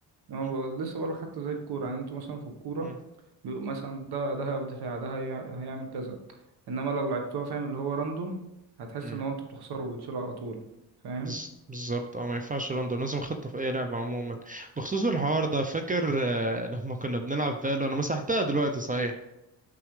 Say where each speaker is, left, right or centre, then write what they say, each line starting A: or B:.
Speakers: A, on the right; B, on the right.
A: هو
B: مم.
A: لسه بقولك حتى زي الكورة يعني انتوا مثلا في الكورة
B: مم.
A: بيبقوا مثلا ده ده هيقف دفاع ده هي- هيعمل كذا انما لو لعبتوها فاهم اللي هو راندوم هتحس
B: مم.
A: ان هو انتوا بتخسروا وبتشيلوا على طول فاهم
B: بز- بالظبط اه ما ينفعش لندن لازم خطة في اي لعبة عموما بخصوص الحوار ده فاكر آه، لما كنا بنلعب فالو انا مسحتها دلوقتي صحيح